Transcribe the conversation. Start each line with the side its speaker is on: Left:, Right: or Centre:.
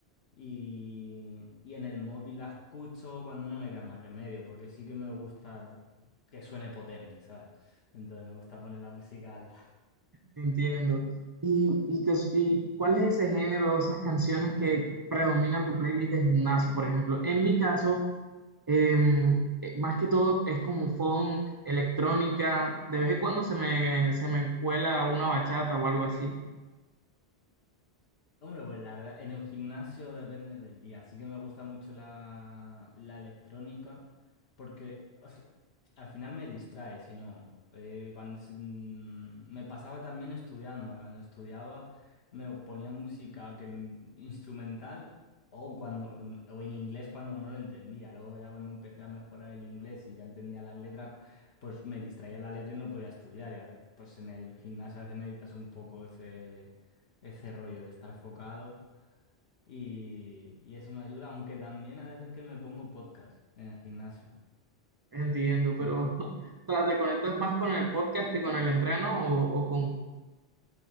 Left: Y, y en el móvil la escucho cuando no me queda más remedio, porque sí que me gusta que suene potente, ¿sabes? Entonces me gusta poner la música alta.
Right: Entiendo. ¿Y, y, qué os- y cuál es ese género, esas canciones que predominan tu playlist de gimnasio, por ejemplo? En mi caso, em, eh, más que todo es como funk, electrónica, de vez en cuando se me, se me cuela una bachata o algo así.
Left: Hombre, pues la verdad, en el gimnasio depende del día. Sí que me gusta mucho la, la electrónica porque o sea, al final me distrae, si no, eh, cuando se- mm, me pasaba también estudiando, eh, cuando estudiaba me ponía música que, n- instrumental o, cuando, o en inglés cuando no lo entendía. Luego ya cuando empecé a mejorar el inglés y ya entendía las letras, pues me distraía la letra y no podía estudiar. Y a veces pues en el gimnasio a veces necesitas un poco ese ese rollo de estar focado y, y eso me ayuda, aunque también a veces que me pongo podcast en el gimnasio.
Right: Entiendo,
Left: Eh,
Right: pero <laughs> o sea, ¿te conectas más con el podcast que con el entreno o, o con...